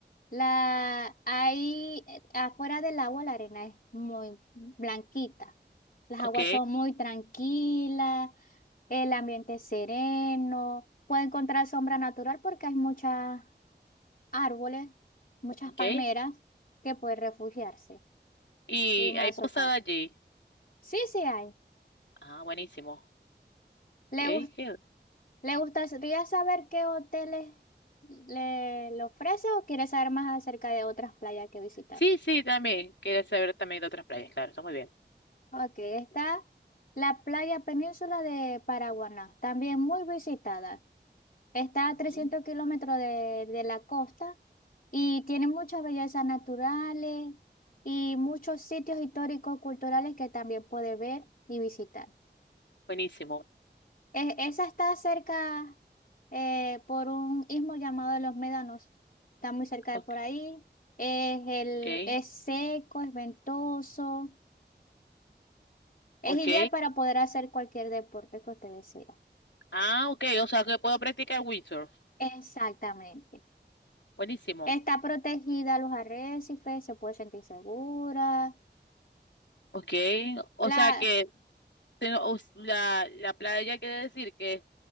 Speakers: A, on the left; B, on the left.
A: La, ahí, eh, afuera del agua, la arena es muy blanquita. Las aguas
B: ok,
A: son muy tranquilas, el ambiente es sereno. Puede encontrar sombra natural porque hay muchas árboles, muchas
B: ok.
A: palmeras que puede refugiarse
B: Y
A: y marzocarpos.
B: hay posada allí.
A: Sí, sí hay.
B: Ah, buenísimo.
A: ¿Le,
B: Ok,
A: gus-
B: qué-
A: le gustaría saber qué hoteles le, le ofrece o quiere saber más acerca de otras playas que visitar?
B: Sí, sí, también. Quería saber también de otras playas, claro, está muy bien.
A: Ok, está la playa península de Paraguaná, también muy visitada. Está a
B: Ujú,
A: 300 kilómetros de, de la costa y tiene muchas bellezas naturales y muchos sitios históricos, culturales que también puede ver y visitar.
B: Buenísimo.
A: E- esa está cerca eh, por un istmo llamado Los Médanos. Está muy cerca
B: Ok.
A: de por ahí. Es, el,
B: ok.
A: es seco, es ventoso. Es
B: Ok.
A: ideal para poder hacer cualquier deporte que usted desea.
B: Ah, ok. O sea que puedo practicar windsurf.
A: Exactamente.
B: Buenísimo.
A: Está protegida a los arrecifes, se puede sentir segura.
B: Ok. O
A: La...
B: sea que te- o s- la, la playa quiere decir que